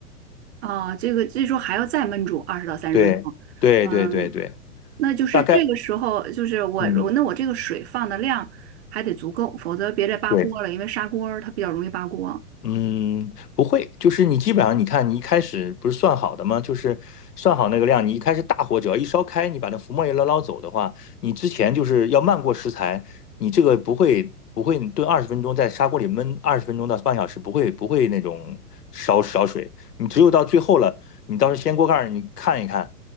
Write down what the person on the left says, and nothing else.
对对对对对，
大概，嗯，
对。
嗯，不会，就是你基本上，你看你一开始不是算好的吗？就是算好那个量，你一开始大火只要一烧开，你把那浮沫一捞捞走的话，你之前就是要漫过食材，你这个不会不会炖二十分钟，在砂锅里焖二十分钟到半小时，不会不会那种烧烧水，你只有到最后了，你到时候掀锅盖儿，你看一看